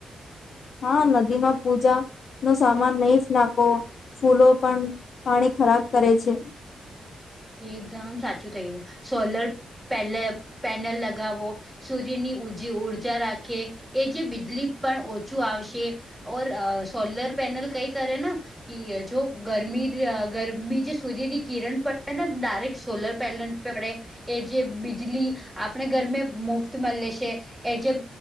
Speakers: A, on the left (about 45°); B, in the centre.
A: હા નદીમાં પૂજા નો સામાન નહી જ નાખો. ફૂલો પણ પાણી ખરાબ કરે છે.
B: એકદમ સાચું થયું સોલર પેલ પેનલ લગાવો. સૂર્યની ઉજે ઊર્જા રાખે એ જે બીજલી પણ ઓછું આવશે. ઓર સોલર પેનલ કઈ કરે ના જો ગરમી ગરમી જે સૂર્યની કિરણ પણ એન ડાયરેક્ટ સોલર પેનલ પેડે. એ જે બીજલી આપણે ઘરમે મુફ્ત મ લે છે. એ જે